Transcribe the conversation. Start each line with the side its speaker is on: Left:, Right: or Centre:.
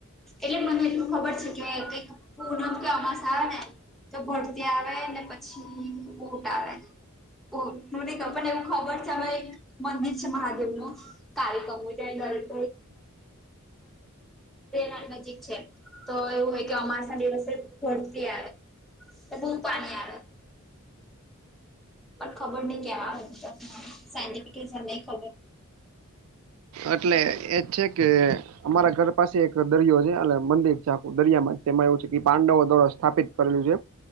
Centre: એટલે મને એટલું ખબર છે કે, કઈક નમ કેમાસ આવે ને. તો ભરતી આવે ને, પછી ઉટ આવે. ઓ ન ક પણ એવું ખબર છે, અમાં એક મંદિર છે, મહાદેવ નું. કાર્યકમોનેચ્ચે ક <unintelligible> ઠીક છે, તો એવું હોય કે, અમારસા ના દિવસે ભરતી આવે. એ બહુ પાણી આવે. પણ ખબર નહીં કેવા હતા, સાયન્ટફલી નહી ખબર.
Right: એટલે એજ છે કે, અમારા ઘર પાસે એક દરિયો છે, એટલે મંદિર છે, આખું દરિયા માં તેમાં એવું છે કે, પાંડવો દ્વારા સ્થાપિત કરેલું છે.